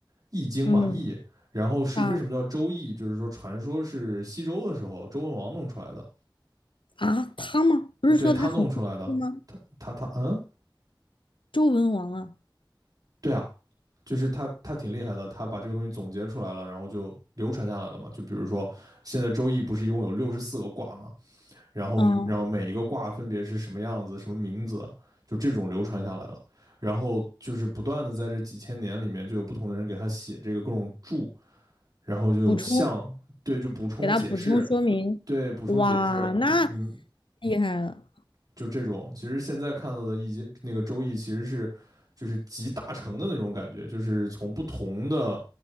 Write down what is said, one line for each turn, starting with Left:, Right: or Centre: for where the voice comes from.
Right: 易经嘛易，
Left: 嗯
Right: 然后是为什么叫周易，
Left: 啊
Right: 就是说传说是西周的时候周文王弄出来的，
Left: 啊，他吗？不是说他很会吗？
Right: 啊对他弄出来的，他他嗯，
Left: 周文王啊，
Right: 对啊，就是他他挺厉害的，他把这个东西总结出来了，然后就流传下来了嘛。就比如说现在周易不是一共有六十四个卦吗？然后然后每一个卦分别是什么样子、
Left: 嗯，
Right: 什么名字，就这种流传下来了。然后就是不断的在这几千年里面，就有不同的人给他写这个各种注，然后就有象，
Left: 补充，
Right: 对，就补充解释，
Left: 给他补充说明，
Right: 对，补充解释，
Left: 哇，那
Right: 嗯，嗯
Left: 厉害了，
Right: 就这种。其实现在看到的易经那个周易，其实是就是集大成的那种感觉，就是从不同的